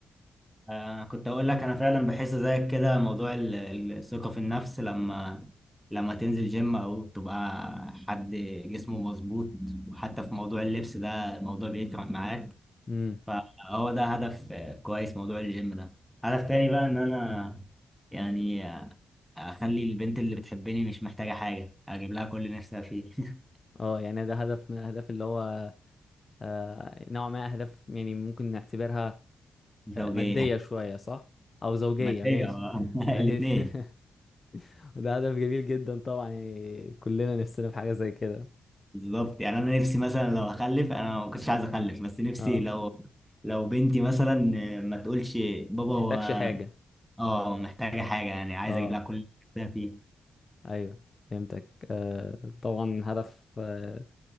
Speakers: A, in the centre; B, on the left (about 35°).
A: آه، كنت اقول لك انا فعلا بحس زيك كده موضوع ال- ال- الثقة في النفس لما لما تنزل جيم او تبقى حد جسمه مظبوط وحتى في موضوع اللبس ده الموضوع بيفرق معاك
B: امم
A: فهو ده هدف آه، كويس موضوع الجيم ده هدف تاني بقى ان انا يعني آه، اخلي البنت اللي بتحبني مش محتاجة حاجة اجيب لها كل اللي نفسها فيه <laughs>
B: اه يعني ده هدف من الاهداف اللي هو آه، نوع ما أهداف يعني ممكن نعتبرها
A: زوجية
B: آه، مادية شوية صح؟ أو زوجية
A: مادية
B: ماشي
A: <laughs> آه،
B: <laughs>
A: الاتنين
B: وده هدف جميل جدا طبعا يعني كلنا نفسنا في حاجة زي كده
A: بالظبط يعني انا نفسي مثلا لو اخلف انا ما كنتش عايز اخلف بس نفسي
B: اه
A: لو لو بنتي مثلا آه، ما تقولش بابا
B: ما بتحتاجش
A: هو
B: حاجة
A: اه محتاجه حاجه يعني عايز
B: اه
A: اجيب لها كل اللي نفسها فيه
B: ايوه فهمتك آه طبعا هدف آه